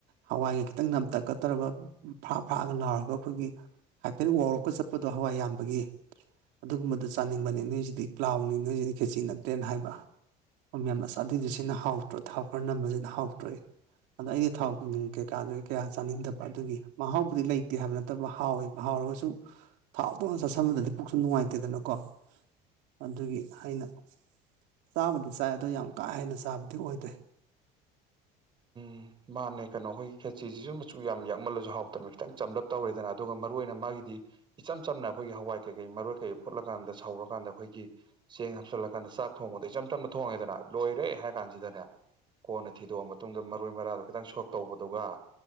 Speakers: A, on the right (about 75°); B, on the right (about 25°).
A: ꯍꯋꯥꯏꯒ ꯈꯤꯇꯪ ꯅꯝꯇꯛꯀ ꯇꯧꯔꯒ ꯐꯔꯥ ꯐꯔꯥꯒ ꯂꯥꯎꯔꯒ ꯑꯩꯈꯣꯏꯒꯤ ꯍꯥꯏꯐꯦꯠ ꯋꯥꯎꯔꯞꯀ ꯆꯠꯄꯗꯣ ꯍꯋꯥꯏ ꯌꯥꯝꯕꯒꯤ ꯑꯗꯨꯒꯨꯝꯕꯗꯨ ꯆꯥꯅꯤꯡꯕꯅꯤ ꯅꯣꯏꯖꯤꯗꯤ ꯄ꯭ꯂꯥꯎꯅꯤ ꯅꯣꯏꯖꯤꯗꯤ ꯈꯦꯆꯤ ꯅꯠꯇꯦꯅ ꯍꯥꯏꯕ ꯃꯣꯏꯃꯌꯥꯝꯅ ꯑꯗꯨꯑꯣꯏꯁꯨ ꯁꯤꯅ ꯍꯥꯎꯇ꯭ꯔꯣ ꯊꯥꯎ ꯈꯔ ꯅꯝꯕꯁꯤꯅ ꯍꯥꯎꯇ꯭ꯔꯥꯌꯦ ꯑꯗ ꯑꯩꯗꯤ ꯊꯥꯎ ꯊꯨꯝꯖꯤꯡ ꯀꯩꯀꯥꯗꯣ ꯑꯩ ꯀꯌꯥ ꯆꯥꯅꯤꯡꯗꯕ ꯑꯗꯨꯒꯤ ꯃꯍꯥꯎꯕꯨꯗꯤ ꯂꯩꯇꯦ ꯍꯥꯏꯕ ꯅꯠꯇꯕ ꯍꯥꯎꯋꯦꯕ ꯍꯥꯎ ꯍꯥꯎꯔꯒꯁꯨ ꯊꯥꯎꯗꯨ ꯉꯛ ꯆꯥꯁꯟꯕꯗꯗꯤ ꯄꯨꯛꯁꯨ ꯅꯨꯡꯉꯥꯏꯇꯦꯗꯅꯀꯣ ꯑꯗꯨꯒꯤ ꯑꯩꯅ ꯆꯥꯕꯨꯗꯤ ꯆꯥꯏ ꯑꯗꯨ ꯌꯥꯝ ꯀꯥ ꯍꯦꯟꯅ ꯆꯥꯕꯗꯤ ꯑꯣꯏꯗꯦ
B: ꯎꯝ ꯃꯥꯅꯦ ꯀꯩꯅꯣ ꯑꯩꯈꯣꯏꯒꯤ ꯈꯦꯆꯤꯁꯤꯖꯨ ꯃꯆꯨ ꯌꯥꯝ ꯌꯥꯛ ꯃꯜꯂꯁꯨ ꯍꯥꯎꯇꯝꯅꯦ ꯈꯤꯇꯪ ꯆꯝꯂꯛ ꯇꯧꯔꯦꯗꯅ ꯑꯗꯨꯒ ꯃꯔꯨꯑꯣꯏꯅ ꯃꯥꯒꯤꯗꯤ ꯏꯆꯝ ꯆꯝꯅ ꯑꯩꯈꯣꯏꯒꯤ ꯍꯋꯥꯏ ꯀꯩꯀꯩ ꯃꯔꯣꯏ ꯀꯩ ꯐꯨꯠꯂꯀꯥꯟꯗ ꯁꯧꯔꯀꯥꯟꯗ ꯑꯩꯈꯣꯏꯒꯤ ꯆꯦꯡ ꯍꯥꯞꯆꯜꯂꯀꯥꯟꯗ ꯆꯥꯛ ꯊꯣꯡꯕꯗ ꯏꯆꯝ ꯆꯝꯅ ꯊꯣꯡꯉꯦꯗꯅ ꯂꯣꯏꯔꯦ ꯍꯥꯏꯀꯥꯟ ꯀꯥꯟꯖꯤꯗꯅꯦ ꯀꯣꯟꯅ ꯊꯤꯗꯣꯛꯑ ꯃꯇꯨꯡꯗ ꯃꯔꯣꯏ ꯃꯔꯥꯗꯣ ꯈꯤꯇꯪ ꯁꯣꯛ ꯇꯧꯕꯗꯨꯒ